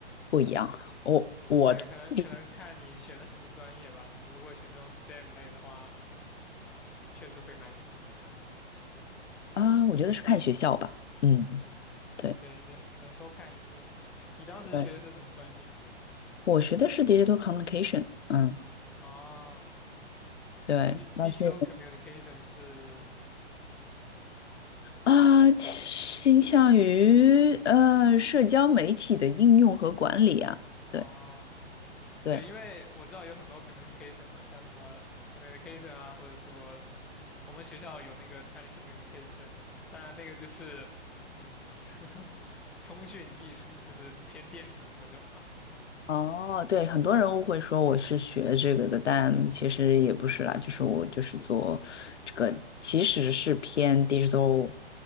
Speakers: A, on the left; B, in the centre.
A: 不一样。我我自己
B: 对，可能可能看你选的什么专业吧。你如果选那种 STEM 类的话，嗯，确实会蛮辛苦的。
A: 啊，我觉得是看学校吧。嗯，
B: <laughs>
A: 对
B: 对对，可能都看一些吧。你当时学的是什么专业
A: 对，我学的是 digital communication。嗯，
B: 啊
A: 对，
B: d
A: 那是
B: Digital Communication 是
A: 啊，倾向于呃社交媒体的应用和管理啊。
B: 啊，
A: 对对。
B: 对，因为我知道有很多 communication 嘛，像什么 communication 啊，或者说我们学校有那个 telecommunication，<laughs> 当然那个就是嗯，<laughs> 通讯技术就是偏电子的那种嘛。
A: 哦，对，很多人误会说我是学这个的，但其实也不是啦，就是我就是做这个，其实是偏 digital